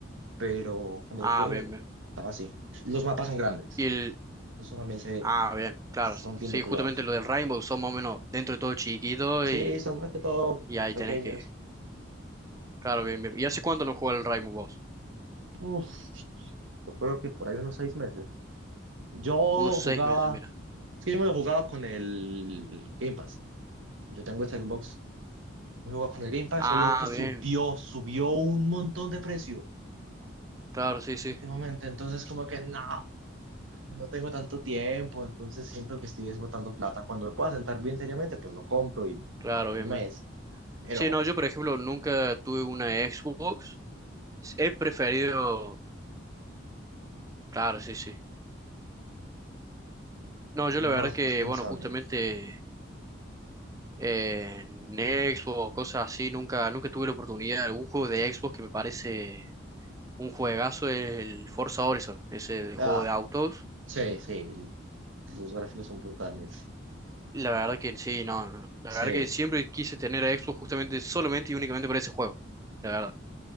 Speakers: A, on the right; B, on the right.
A: pero cuando
B: Ah,
A: lo jugué
B: bien, bien.
A: estaba así. Los mapas son grandes,
B: Y el...
A: eso también se,
B: Ah, bien, claro.
A: son bien
B: Sí,
A: detallados.
B: justamente lo del Rainbow son más o menos dentro de todo chiquito
A: Sí,
B: y,
A: son más que todo
B: y ahí
A: pequeños.
B: tenés que Claro, bien, bien. ¿Y hace cuánto no juega el Rainbow Boss?
A: Uf, yo creo que por ahí unos seis meses. Yo
B: Unos seis
A: jugaba,
B: meses, mira.
A: es que yo me lo jugaba con el Game Pass. Yo tengo este Xbox, me jugaba con el Game Pass,
B: Ah,
A: solo que subió,
B: bien.
A: subió un montón de precio.
B: Claro, sí, sí.
A: últimamente. Entonces, como que no, no tengo tanto tiempo, entonces siento que estoy desbotando plata. Cuando me pueda sentar bien seriamente, pues lo compro y
B: Claro,
A: un
B: bien,
A: mes,
B: bien.
A: pero
B: Sí, no, yo, por ejemplo, nunca tuve una Xbox. He preferido... Claro, sí, sí. No, yo
A: es
B: la verdad
A: más,
B: que,
A: más Team
B: bueno,
A: Sony.
B: justamente eh, en Xbox, cosas así, nunca, nunca tuve la oportunidad. Un juego de Xbox que me parece un juegazo es el Forza Horizon, ese del
A: Ah,
B: juego de autos.
A: sí, sí, los gráficos son brutales.
B: La verdad que sí, no, no. La verdad
A: Sí,
B: que siempre quise tener a Xbox justamente, solamente y únicamente para ese juego. La verdad.